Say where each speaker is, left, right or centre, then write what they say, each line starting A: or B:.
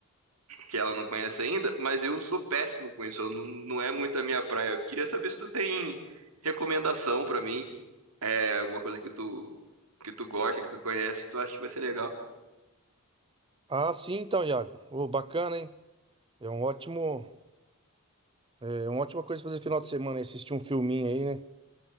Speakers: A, on the right (about 85°); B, on the right (about 25°).
A: que ela não conhece ainda, mas eu sou péssimo com isso, eu não, não é muito a minha praia. Eu queria saber se tu tem recomendação pra mim, é, alguma coisa que tu, que tu gosta, que tu conhece, que tu acha que vai ser legal.
B: Ah, sim, então, Iago. Ô, bacana, hein? É um ótimo, é uma ótima coisa fazer final de semana, hein? assistir um filminho aí, né?